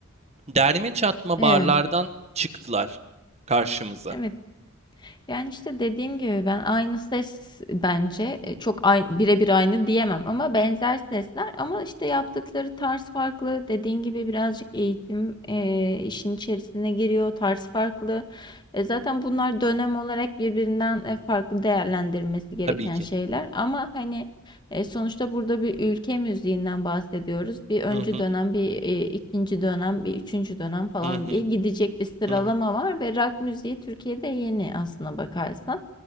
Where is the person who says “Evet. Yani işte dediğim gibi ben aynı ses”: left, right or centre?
Left